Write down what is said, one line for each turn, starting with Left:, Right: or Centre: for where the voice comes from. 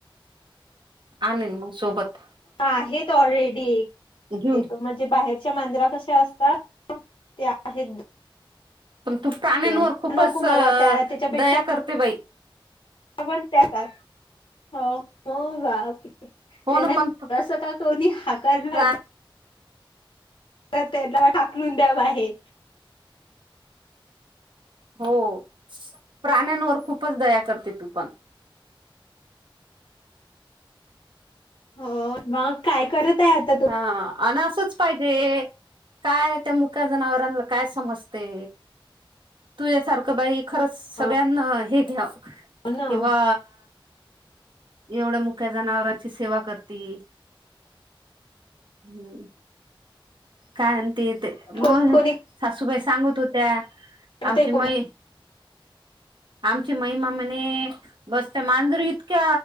Right: आणेल मग सोबत
Left: आहेत ऑलरेडी
Right: घेऊन.
Left: म्हणजे एक बाहेर तुमच्या मांजरा कशा असतात ते आहेत.
Right: पण तू प्राण्यांवर
Left: दोन
Right: खूपच
Left: नको मला त्या त्याच्यापेक्षा
Right: दया करते बाई
Left: पण त्यात हो हो बा त्यांनास
Right: हो ना पण
Left: असं का कोणी हकारलं
Right: प्रा
Left: तर त्याला हाकलून द्या बाहेर
Right: हो प्राण्यांवर खूपच दया करते तू पण
Left: हो मग काय करत आहे आता तू
Right: ह अन असंच पाहिजे. काय त्या मुक्या जनावरांना काय समजते. तुझ्यासारखं बाई खरंच सगळ्यांना
Left: हो
Right: हे घ्याव.
Left: ना
Right: किंवा एवढ मुक्या जनावरांची सेवा करती. हम्म काय ते ते
Left: कोणी
Right: मग
Left: कोणी
Right: सासूबाई सांगत होत्या.
Left: करते
Right: आमची
Left: कोणी
Right: मही आमची महिमा म्हने बसत्या मांजरत. त्य